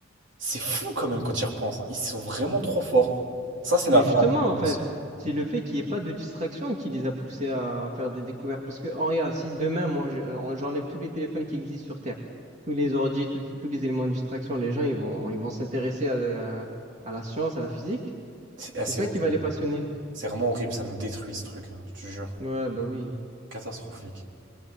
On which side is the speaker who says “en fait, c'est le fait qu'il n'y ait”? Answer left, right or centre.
Right